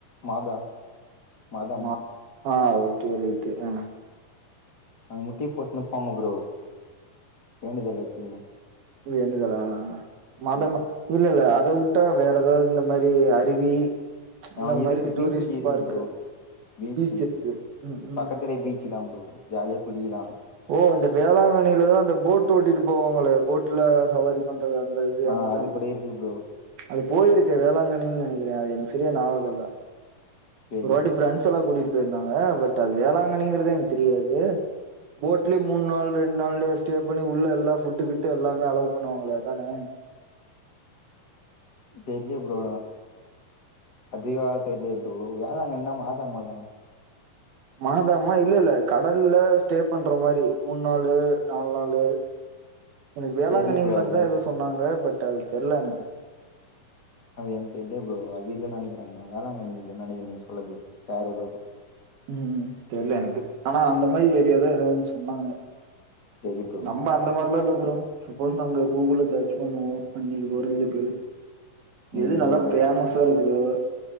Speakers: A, on the left; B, on the right.
A: மாதா மாதாம்மா
B: மாதா ஓகே ரைட்டு ஆ
A: அங்க முட்டி போட்ன்னு போங்க ப்ரோ வேண்டுதல் வச்சுக்குணு
B: வேண்டுதலா மாதம
A: ப்ரோ
B: இல்ல இல்ல அத விட்டா வேற ஏதாவது இந்த மாரி அருவி இந்த
A: ஆ இரு
B: மாரி
A: பீச்
B: டூரிஸ்ட்
A: இருக்கு
B: பார்க்கு
A: ப்ரோ பீச்சு
B: பீச் இருக்கு ம் ம்
A: பக்கத்துல பீச்சு தா ப்ரோ ஜாலியா குளிக்கலா
B: ஓ அந்த வேளாங்கண்ணிலதா அந்த போட் ஓட்டிட்டு போவங்களே போட்ல சவாரி பண்றது அந்த இது
A: ஆ
B: அங்கதா
A: அது
B: <inaudible>
A: கூட இருக்கு ப்ரோ
B: அது போய்ருக்கு வேளாங்கண்ணினு நெனக்கிறே. அது எனக் செரியா ஞாவக இல்ல
A: சரி
B: ஒரு வாட்டி
A: ப்ரோ
B: ஃப்ரெண் ஸ்ல்லா கூட்டிட்டு போய்ருந்தாங்க. பட் அது வேளாங்கண்ணிங்கறது எனக்கு தெரியாது. போட்லயே மூன்நாள் ரெண்டு நாளு ஸ்டே பண்ணி உள்ள எல்லா ஃபுட்டு கிட்டு எல்லாமே அலோ பண்ணுவாங்களே அதான
A: தெர்லெயே ப்ரோ. அதிகவா தெர்லெயே ப்ரோ. வேளாங்கண்ணினா மாதா மா தான
B: மாதா மா இல்ல இல்ல கடல்ல ஸ்டே பண்ற மாரி மூன் நாளு நாலு நாளு. எனக்கு வேளாங்கண்ணி
A: தெர்ல ப்ரோ
B: மாரிதா
A: அது
B: எதோ சொன்னாங்க. பட் அது தெர்ல எனக்கு.
A: அது எனக்கு தெர்லயே ப்ரோ. அது இல்லன்னு நெனக்கிற நா வேளாங்கண்ணி இல்லன்னு நெனக்கிற நீங்க சொல்லுது வேற எதோ ப்ரோ
B: ம் ம் தெர்ல எனக்கு. ஆனா அந்த மாரி ஏரியா தா எதோ ஒன்னு சொன்னாங்க.
A: தெரி ப்ரோ
B: நம்ம அந்த மார்லா இல்ல ப்ரோ. சப்போஸ் நாங்க கூகுள்ல சேர்ச் பண்ணுவோ இன்னெக்கு போறதுக்கு
A: ம்
B: எது நல்லா
A: ஓகே
B: ஃபேமஸா இருக்குது